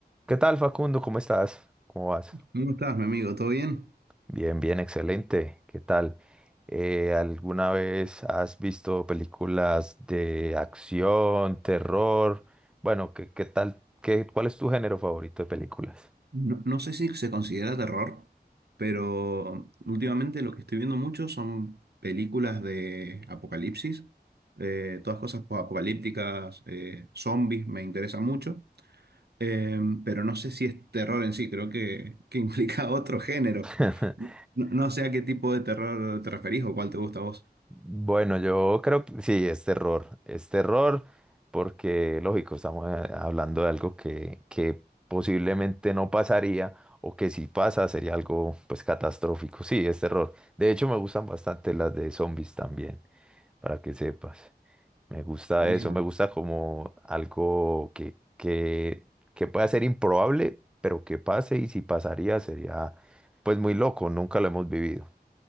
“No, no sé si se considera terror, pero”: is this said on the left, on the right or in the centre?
Right